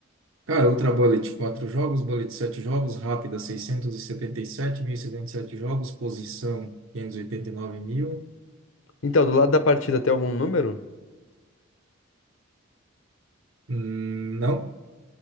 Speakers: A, on the right; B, on the left.
A: Cara, Ultra Bullet, 4 jogos, Bullet 7 jogos, rápida seiscentos e e e setenta setenta sete mil e setenta e sete jogos, posição 589 mil.
B: Então, do lado da partida tem algum número?
A: Hum, não?